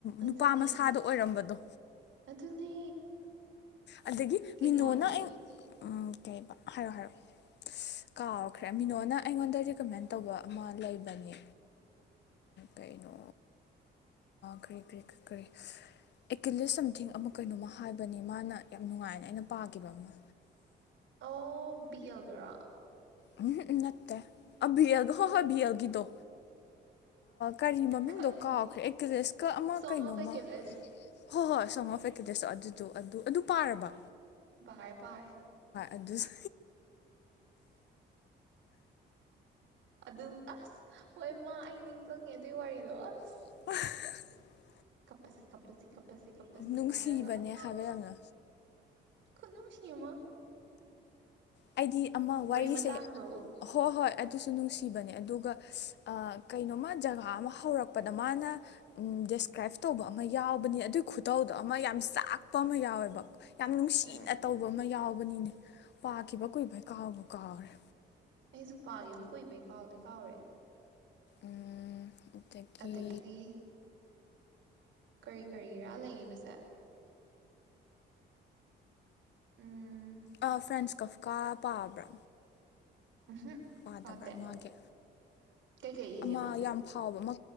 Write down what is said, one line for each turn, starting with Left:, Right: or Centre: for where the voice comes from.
Right: ꯑꯗꯨꯅꯦ
Left: ꯅꯨꯄꯥ ꯃꯁꯥꯗ ꯑꯣꯏꯔꯝꯕꯗꯣ
Right: ꯑꯗꯨꯅꯦ
Left: ꯑꯗꯒꯤ
Right: ꯀꯩꯅꯣꯗꯤ
Left: ꯃꯤꯅꯣꯅ ꯑꯩ ꯎꯝ ꯀꯩꯕ ꯍꯥꯏꯔꯛꯑꯣ ꯍꯥꯏꯔꯛꯑꯣ ꯀꯥꯎꯈ꯭ꯔꯦ ꯃꯤꯅꯣꯅ ꯑꯩꯉꯣꯟꯗ ꯔꯤꯀꯃꯦꯟ ꯇꯧꯕ ꯑꯃ ꯂꯩꯕꯅꯤ ꯀꯩꯅꯣ ꯀꯔꯤ ꯀꯔꯤ ꯀꯔꯤ ꯑꯦꯀꯤꯂꯤꯁ ꯁꯝꯊꯤꯡ ꯑꯃ ꯀꯩꯅꯣꯝꯃ ꯍꯥꯏꯕꯅꯤ ꯃꯥꯅ ꯌꯥꯝ ꯅꯨꯡꯉꯥꯏꯅ ꯑꯩꯅ ꯄꯥꯈꯤꯕ ꯑꯃ
Right: ꯑꯣ ꯕꯤꯑꯜꯗꯨꯔꯥ
Left: ꯎꯝ ꯎꯝ ꯅꯠꯇꯦ <unintelligible> ꯍꯣ ꯍꯣꯏ ꯕꯤꯑꯜꯒꯤꯗꯣ ꯀꯔꯤ ꯃꯃꯤꯡꯗꯣ
Right: ꯈꯪꯉꯦ
Left: ꯀꯥꯎꯈ꯭ꯔꯦ ꯑꯦꯀꯤꯂꯤꯁꯀ ꯑꯃ
Right: ꯁꯣꯡ
Left: ꯀꯩꯅꯣꯃ
Right: ꯑꯣꯐ ꯑꯦꯀꯤꯂꯦꯁ
Left: ꯍꯣꯏ ꯍꯣꯏ ꯁꯣꯡ ꯑꯣꯐ ꯑꯀꯤꯂꯤꯁ ꯑꯗꯨꯗꯣ ꯑꯗꯨ ꯑꯗꯨ ꯄꯥꯔꯕꯣ
Right: ꯄꯥꯔꯦ ꯄꯥꯔꯦ
Left: ꯑꯗꯨꯁꯨ
Right: ꯑꯗꯨ ꯑꯁ ꯍꯣꯏ ꯏꯃꯥ ꯑꯩ ꯅꯤꯡꯁꯤꯡꯉꯦ ꯑꯗꯨꯏ ꯋꯥꯔꯤꯗꯣ ꯑꯁ
Left: <unintelligible>
Right: ꯀꯞꯄꯁꯤ ꯀꯞꯄꯁꯤ ꯀꯞꯄꯁꯤ ꯀꯞꯄꯁꯤ
Left: ꯅꯨꯡꯁꯤꯕꯅꯦ
Right: ꯄꯥꯔꯒ ꯑꯁ
Left: ꯍꯥꯏꯕ ꯌꯥꯝꯅ
Right: ꯈꯨꯅꯨꯡꯁꯤꯃ
Left: ꯑꯩꯗꯤ ꯑꯃ ꯋꯥꯔꯤꯁꯦ
Right: ꯃꯇꯥꯡꯗꯣ
Left: ꯍꯣꯏ ꯍꯣꯏ ꯑꯗꯨꯁꯨ ꯅꯨꯡꯁꯤꯕꯅꯦ ꯑꯗꯨꯒ ꯀꯩꯅꯣꯃ ꯖꯒꯥ ꯑꯃ ꯍꯧꯔꯛꯄꯗ ꯃꯥꯅ ꯗꯦꯁꯀ꯭ꯔꯥꯏꯞ ꯇꯧꯕ ꯑꯃ ꯌꯥꯎꯕꯅꯤ ꯑꯗꯨꯒꯤ ꯈꯨꯗꯧꯗꯣ ꯑꯃ ꯌꯥꯝ ꯆꯥꯛꯄ ꯑꯃ ꯌꯥꯎꯋꯦꯕ ꯌꯥꯝ ꯅꯨꯡꯁꯤꯅ
Right: ꯎꯝ ꯎꯝ
Left: ꯇꯧꯕ ꯑꯃ ꯌꯥꯎꯕꯅꯤꯅꯦ ꯄꯥꯠ ꯈꯤꯕ ꯀꯨꯏꯕꯩ ꯀꯥꯎꯕꯨ ꯀꯥꯎꯒꯔꯦ
Right: ꯑꯩꯁꯨ ꯄꯥꯈꯤꯕ ꯀꯨꯏꯕꯩ ꯀꯥꯎꯗꯤ ꯀꯥꯎꯔꯦ
Left: ꯎꯝ ꯑꯗꯒꯤ
Right: ꯑꯗꯒꯤꯗꯤ ꯀꯔꯤ ꯀꯔꯤꯔꯥ ꯂꯩꯕꯁꯦ ꯎꯝ
Left: ꯑꯥ ꯐ꯭ꯔꯦꯟꯁꯀꯣꯐ ꯀꯥ ꯄꯥꯕ꯭ꯔꯥ
Right: ꯎꯝꯍꯨꯝ
Left: ꯄꯥꯗꯕ꯭ꯔꯥ
Right: ꯄꯥꯗꯦ
Left: ꯃꯥꯒꯤ
Right: ꯀꯩꯀꯩ ꯏꯒꯦ
Left: ꯑꯃ
Right: ꯃꯥꯁꯦ
Left: ꯌꯥꯝ ꯐꯥꯎꯕ ꯑꯃ